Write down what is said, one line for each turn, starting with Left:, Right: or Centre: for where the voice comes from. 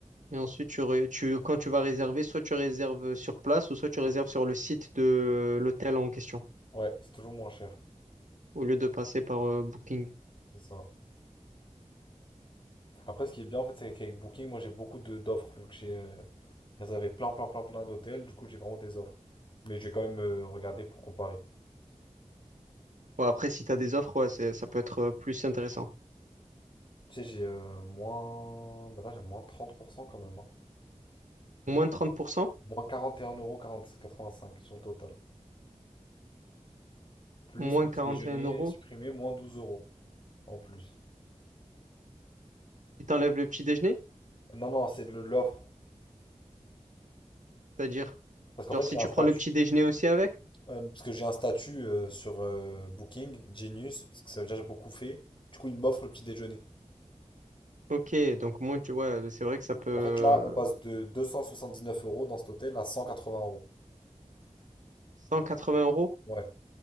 Right: Et ensuite, tu, ré- tu, quand tu vas réserver, soit tu réserves euh, sur place ou soit tu réserves sur le site de euh, l'hôtel en question,
Left: Ouais, c'est toujours moins cher.
Right: au lieu de passer par euh, Booking.
Left: C'est ça. Après, ce qui est bien, en fait, c'est qu'avec Booking, moi, j'ai beaucoup de d'offres, vu que j'ai... euh, Elles avaient plein, plein, plein, plein d'hôtels, du coup, j'ai vraiment des offres. Mais j'ai quand même euh, regardé pour comparer.
Right: Bon, après, si tu as des offres, ouais, c'est- ça peut être euh, plus intéressant.
Left: Tu sais, j'ai euh, moins... Bah là, j'ai moins 30% quand même, hein.
Right: Moins 30%,
Left: Moins 41,85€ sur le total. Plus
Right: moins
Left: petit
Right: 41
Left: déjeuner
Right: euros.
Left: supprimé, moins 12 euros en plus.
Right: Ils t'enlèvent le petit déjeuner,
Left: Non, non, c'est le- l'offre.
Right: c'est-à-dire,
Left: Parce qu'en
Right: genre
Left: fait,
Right: si
Left: j'ai un
Right: tu
Left: statut.
Right: prends le petit déjeuner aussi avec,
Left: euh, parce que j'ai un statut euh, sur euh, Booking, Genius, parce que ça veut dire que j'ai beaucoup fait. Du coup, ils m'offrent le petit déjeuner.
Right: ok, donc moins tu, ouais, c'est vrai que ça peut
Left: En fait, là, on passe de 279 euros dans cet hôtel à 180 euros.
Right: 180 euros.
Left: Ouais,